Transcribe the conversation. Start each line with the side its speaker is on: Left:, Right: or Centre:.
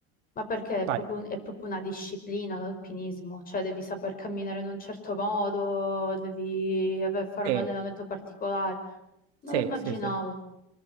Left: ma perché è
Right: vai,
Left: proprio, un- è proprio una disciplina l'alpinismo, cioè devi saper camminare in un certo modo, devi aver- fare
Right: sì,
Left: un allenamento particolare. Non
Right: sì,
Left: lo immaginavo.
Right: sì, sì.